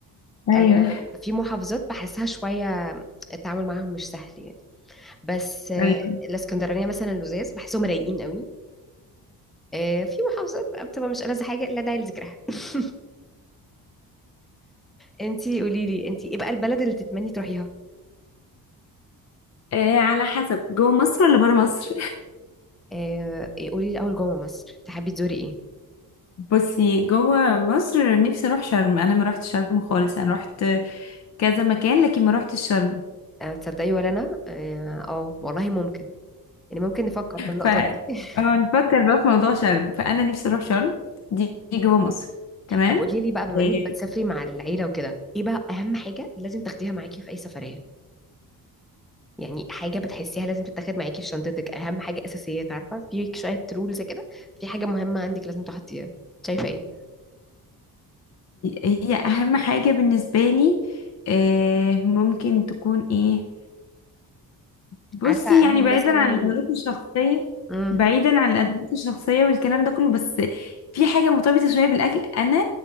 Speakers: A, on the left (about 45°); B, in the centre.
A: ايوه
B: آه، في محافظات بحسها شويه التعامل معاهم مش سهل يعني بس آه،
A: ايوه
B: الاسكندرانيه مثلا لزاز بحسهم رايقين قوي آه، في محافظات بقى بتبقى مش ألذ حاجة لا داعي لذكرها <laughs> انتي قولي لي انتي ايه بقى البلد اللي تتمني تروحيها
A: آه على حسب جوه مصر ولا بره مصر
B: آه، إيه، قولي لي اول جوه مصر تحبي تزوري ايه
A: بصي جوه مصر نفسي اروح شرم انا ما رحت شرم خالص انا رحت كذا مكان لكن ما رحت شرم
B: آه، تصدقي ولا انا اه آه، والله ممكن يعني ممكن نفكر في النقطة
A: ف
B: دي <laughs>
A: اه نفكر بقى في موضوع شرم فانا نفسي اروح شرم دي دي جوه مصر تمام
B: طب قولي لي بقى بما انك بتسافري
A: آه،
B: مع العيلة وكده ايه بقى اهم حاجة لازم تاخديها معاكي في اي سفرية يعني حاجة بتحسيها لازم تتاخد معاكي في شنطتك اهم حاجة اساسية عارفة في شوية رولز كده في حاجة مهمة عندك لازم تحطيها شايفة ايه
A: هي اهم حاجة بالنسبة لي آه، ممكن تكون ايه بصي
B: عارفة
A: يعني
B: انا
A: بعيدا
B: مثلا
A: عن الادوات الشخصيه
B: امم
A: بعيدا عن الادوات الشخصيه والكلام ده كله بس في حاجه مرتبطه شويه بالاكل انا